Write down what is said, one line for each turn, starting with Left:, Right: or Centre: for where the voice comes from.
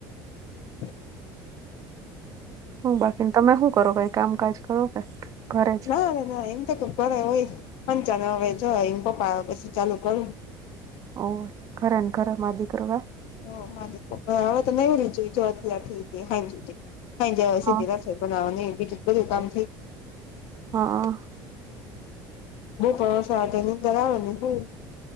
Left: હા
Right: હું બાકીને તમે હું કરો? કઈ કામકાજ કરો કે? ઘરે જ
Left: ના ના એમ તો કર હોય <unintelligible> ચાને હવે જો એમ પપ્પા પછી ચાલુ કરું.
Right: ઓર ખરા ને ખરા મા દીકરવા?
Left: ઓ મા દીકરવા. હા હવે તો નવરી છે જોબ ત્યારથી તે હાજી <unintelligible> હમજ્યા આવે
Right: હા
Left: છે જેવા. બનાવવાની એ બીજું બધું કામથી
Right: હ અ.
Left: બઉ પવાસ આવે ટ્રેનિંગ કરાવ ને હું